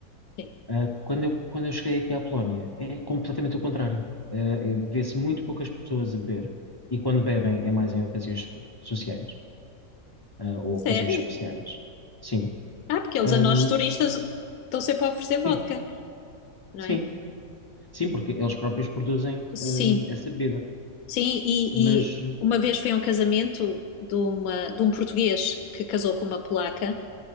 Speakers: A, on the left; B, on the left.
A: Sim.
B: Uh, quando eu, quando eu cheguei aqui à Polónia, é completamente o contrário. Uh, é- vê-se muito poucas pessoas a beber, e quando bebem é mais em ocasiões eh, sociais, ah, ou
A: Sério?
B: ocasiões especiais. Sim.
A: Ah, porque eles
B: Ahm,
A: a nós turistas estão sempre a oferecer
B: sim,
A: vodka, não
B: sim.
A: é?
B: Sim, porque eles próprios produzem,
A: Sim,
B: ahm, essa bebida.
A: sim, e,
B: Mas,
A: e
B: eh,
A: uma vez foi a um casamento de, uma, de um português que casou com uma polaca